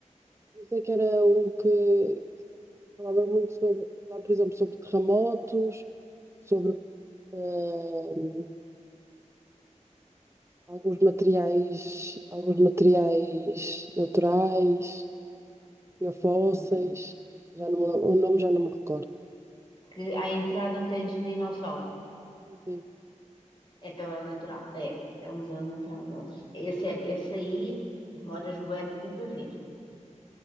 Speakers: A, on the right (about 20°); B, on the left (about 40°).
A: Não sei que era um que, Falava muito sobre, falava, por exemplo, sobre terremotos, sobre eh, alguns materiais, alguns materiais naturais, tinha fósseis,
B: hum,
A: já não, me lem- o nome já não me recordo.
B: que à entrada tens um dinossauro.
A: Sim,
B: Então é o natural. É, é o museu natural deles. Esse, é- esse aí demoras bué de tempo a ver.